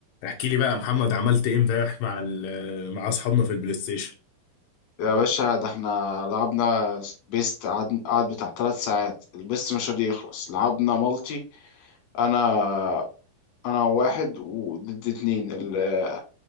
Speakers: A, on the left; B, on the left.
A: احكي لي بقى يا محمد عملت ايه امبارح مع ال- آه، مع اصحابنا في البلاي ستيشن
B: يا باشا ده احنا لعبنا بيست قعد قعد بتاع ثلاث ساعات البيست مش راضي يخلص لعبنا مالتي انا انا واحد وضد اتنين اللي